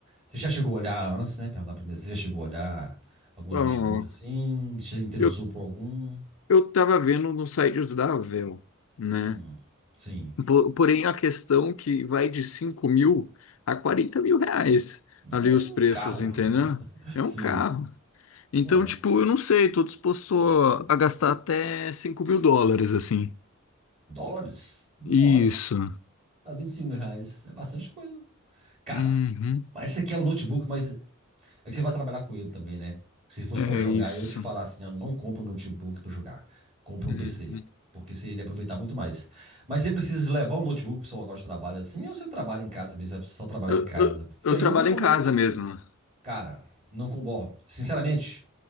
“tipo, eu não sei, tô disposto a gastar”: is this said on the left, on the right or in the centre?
Left